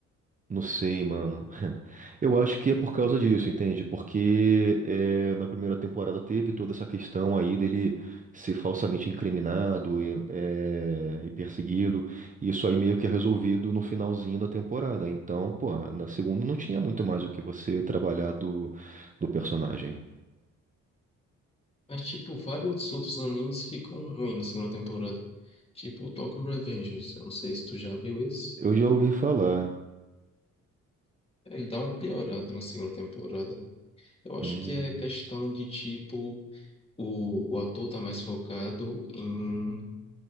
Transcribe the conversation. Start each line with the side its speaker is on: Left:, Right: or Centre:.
Right: Não sei, mano. <laughs> Eu acho que é por causa disso, entende? Porque é, na primeira temporada teve toda essa questão aí dele ser falsamente incriminado e, é, e perseguido. E Isso aí meio que é resolvido no finalzinho da temporada. Então, pô, na segunda não tinha muito mais o que você trabalhar do, do personagem.
Left: Mas, tipo, vários outros animes ficam ruins na segunda temporada. Tipo, o Tokyo Revengers, eu não sei se tu já viu esse.
Right: Eu já ouvi falar.
Left: Ele dá uma piorada na segunda temporada. Eu acho
Right: Hum,
Left: que é questão de tipo, o, o ator tá mais focado em,